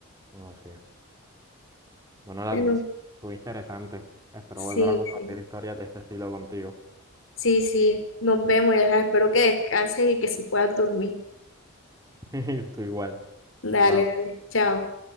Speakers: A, on the right (about 15°); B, on the left (about 65°).
A: No, sí. Bueno, la
B: Bueno,
A: conversación estuvo interesante. Espero
B: sí,
A: volver a compartir
B: sí.
A: historias de este estilo contigo.
B: Sí, sí, nos vemos, ya sabes, espero que descanses y que si puedas dormir.
A: <laughs> Tú igual.
B: Dale,
A: Chao.
B: dale, chao.